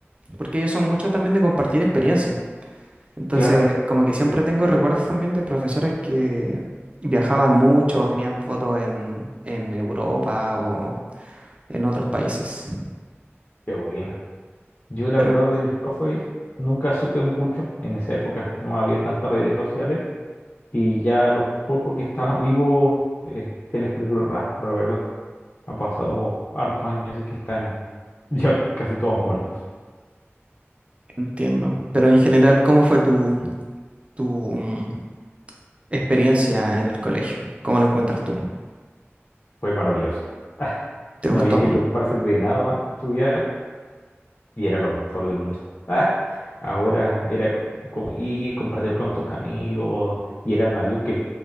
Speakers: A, on the right; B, on the left.
A: porque ellos son muchos también de compartir experiencias. Entonces,
B: claro,
A: como que siempre tengo recuerdos también de profesores que viajaban mucho o tenían fotos en, en Europa o en otros países.
B: qué buena. Yo, la
A: Pero
B: verdad, de mis profes nunca supe mucho en esa época. No había tantas redes sociales y ya los pocos que estaban <laughs> vivos eh, se les perdió el rastro, la verdad. Ha pasado hartos años y que están <laughs> ya casi todos muertos.
A: entiendo. Pero en general, ¿cómo fue tu, tu mm, experiencia en el colegio? ¿Cómo lo encuentras tú?
B: Fue maravilloso. <laughs>
A: ¿Te
B: No
A: gustó?
B: había que preocuparse de nada más que estudiar y era lo mejor del mundo. <laughs> Ah, ahora era co- como ir, compartir con tus amigos, y eran amigos que